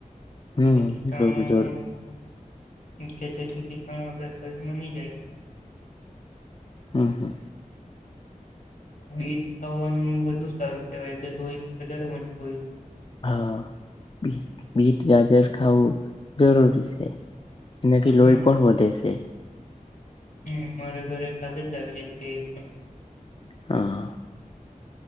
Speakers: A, on the left; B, on the left.
A: હમ હમ
B: કીટાણું.
A: જોર જોર
B: કે જેથી કીટાણુ આપણા શરીર માં નહી જાય એ.
A: હમ હા.
B: બીટ ખાવાનું બૌ સારું કેવાય કે લોહી વધારે બનતું હોય છે.
A: હા બીટ ગાજર ખાાવું જરૂરી છે. એનાથી
B: હમ
A: લોહી પણ વધે છે.
B: હમ મારા ઘરે કાલે જ આવ્યા છી એ એ પણ.
A: હા